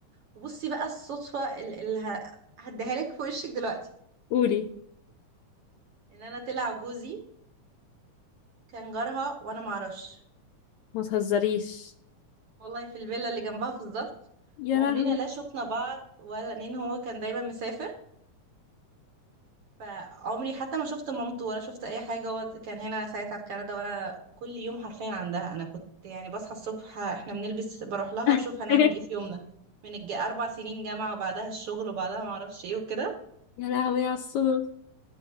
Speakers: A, on the right; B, on the left.
A: وبصي بقى الصدفه اللي هديها لك في وشك دلوقتي
B: قولي
A: ان انا طلع جوزي كان جارها وانا معرفش
B: ما تهزريش
A: والله في الفيلا اللي جنبها بالظبط
B: يا
A: وعمرنا
B: لهوي
A: لا شفنا بعض ولا لان هو كان دايما مسافر فعمري حتى ما شفت مامته ولا شفت اي حاجه هو كان هنا ساعتها في كندا وانا كل يوم حرفيا عندها انا كنت يعني بصحى الصبح احنا بنلبس بروح لها
B: <laughs>
A: اشوف هنعمل ايه في يومنا من الج... اربع سنين جامعه وبعدها الشغل وبعدها ما اعرفش ايه وكده
B: يا لهوي على الصدف